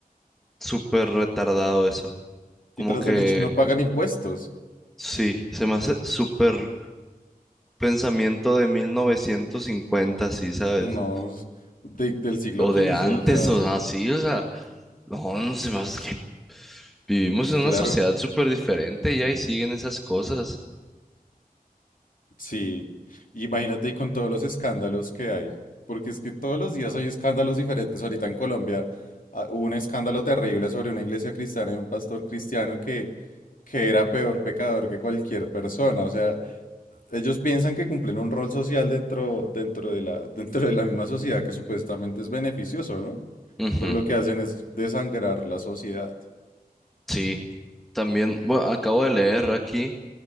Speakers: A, in the centre; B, on the left (about 60°).
A: súper retardado eso. Como
B: y tras
A: que
B: del hecho no pagan impuestos.
A: sí, se me hace súper pensamiento de mil novecientos cincuenta sí, ¿sabes?
B: No, s- de- del siglo
A: O
B: quince
A: de antes,
B: o sea,
A: o así, o sea, no, no se me hace que vivimos en
B: claro,
A: una sociedad súper diferente ya y ahí siguen esas cosas.
B: sí. Imagínate y con todos los escándalos que hay, porque es que todos los días hay escándalos diferentes. Ahorita en Colombia ah, hubo un escándalo terrible sobre una iglesia cristiana y un pastor cristiano que, que era peor pecador que cualquier persona. O sea, ellos piensan que cumplen un rol social dentro, dentro de la, <laughs> dentro de la misma sociedad que supuestamente es beneficioso, ¿no?
A: Ujú,
B: Pero lo que hacen es desangrar la sociedad.
A: Sí, también, bueno, acabo de leer aquí,